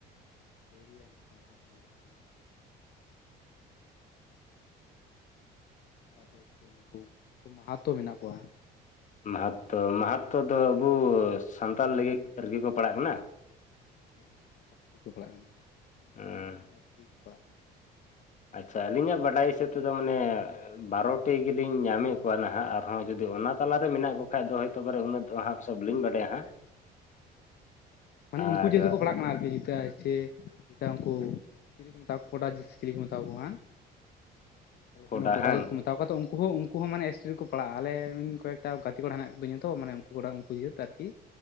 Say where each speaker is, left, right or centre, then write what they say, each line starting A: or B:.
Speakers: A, on the left; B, on the left.
A: ᱯᱟᱹᱣᱨᱤᱭᱟ ᱦᱮᱱᱟᱜ ᱠᱚᱣᱟ ᱛᱟᱯᱚᱨᱮ <unintelligible> ᱛᱟᱯᱚᱨᱮ ᱛᱮ ᱩᱱᱠᱩ ᱩᱱᱠᱩ ᱢᱟᱦᱟᱛᱚ ᱢᱮᱱᱟᱜ ᱠᱚᱣᱟ᱾
B: ᱢᱟᱦᱟᱛᱚ᱾ ᱢᱟᱦᱟᱛᱚ ᱫᱚ ᱟᱵᱚ ᱥᱟᱱᱛᱟᱞ ᱞᱟᱹᱜᱤᱫ
A: ᱦᱮᱸ
B: ᱟᱨᱜᱤ
A: ᱮᱥᱴᱤ
B: ᱠᱚ ᱯᱟᱲᱟᱜ ᱠᱟᱱᱟ?
A: ᱦᱮᱸ ᱦᱮᱸ ᱥᱟᱱᱛᱟᱲ ᱛᱮᱠᱚ ᱯᱟᱲᱟ-ᱜ ᱠᱟᱱᱟ᱾
B: ᱩᱸ
A: ᱱᱚᱣᱟ ᱮᱥ ᱴᱤ ᱯᱟᱲᱟᱜ ᱠᱟᱱ᱾
B: ᱟᱪᱪᱷᱟ ᱟᱹᱞᱤᱧᱟᱜ ᱵᱟᱰᱟᱭ ᱦᱤᱥᱟᱹᱵ ᱱᱤᱛᱳᱜ ᱫᱚ ᱢᱟᱱᱮ ᱵᱟᱨᱚᱴᱤ ᱜᱮᱞᱤᱧ ᱧᱟᱢᱮᱫ ᱠᱚᱣᱟ᱾ ᱱᱟᱦᱟᱜ ᱟᱨᱦᱚᱸ ᱡᱩᱫᱤ ᱚᱱᱟ ᱛᱟᱞᱟ ᱨᱮ ᱢᱮᱱᱟᱜ ᱠᱚ ᱵᱟᱠᱷᱽᱟᱡ ᱫᱚ ᱦᱳᱭᱛᱳ ᱵᱟᱞᱮ ᱩᱱᱟᱹᱜ ᱫᱚ ᱾ ᱦᱟᱸᱜ ᱥᱚᱵ ᱞᱤᱧ ᱵᱟᱰᱟᱭᱟ ᱾ᱦᱟᱸᱜ
A: ᱢᱟᱱᱮ
B: ᱟᱨ
A: ᱩᱱᱠᱩ ᱡᱮᱦᱮᱛᱩ ᱠᱚ ᱯᱟᱲᱦᱟ-ᱜ ᱠᱟᱱᱟ ᱾ᱟᱨᱠᱤ ᱡᱮᱴᱟ - ᱮᱥ ᱴᱤ ᱡᱮᱴᱟ ᱩᱱᱠᱩ ᱪᱤᱞᱤ ᱠᱚ ᱢᱮᱛᱟ ᱠᱚᱰᱟ᱾ ᱡᱟᱹᱥ ᱪᱤᱞᱤ ᱠᱚ ᱢᱮᱛᱟ ᱠᱚᱣᱟᱝ ᱾ᱟᱞᱮ
B: ᱠᱚᱰᱟ
A: ᱥᱮᱫ ᱢᱟ ᱠᱚᱰᱟᱸ
B: ᱦᱟᱝ
A: ᱡᱟᱹᱛ ᱠᱚ <inaudible> ᱛᱟᱨᱯᱳᱨᱮ ᱛᱚ ᱩᱱᱠᱩ ᱦᱚᱸ ᱩᱱᱠᱩ ᱦᱚᱸ ᱢᱟᱱᱮ ᱮᱥ ᱴᱤ ᱨᱮᱠᱚ ᱯᱟᱲᱟᱜ᱾ ᱟᱞᱮ ᱠᱚᱭᱠᱴᱟ ᱜᱟᱛᱮ ᱠᱚᱲᱟ ᱦᱮᱱᱟ-ᱜ ᱠᱚᱛᱤᱧᱟ ᱛᱚ ᱾ᱢᱟᱱᱮ ᱩᱱᱠᱩ ᱠᱚᱲᱟ ᱩᱱᱠᱩ ᱡᱟᱹᱛ ᱟᱨᱠᱤ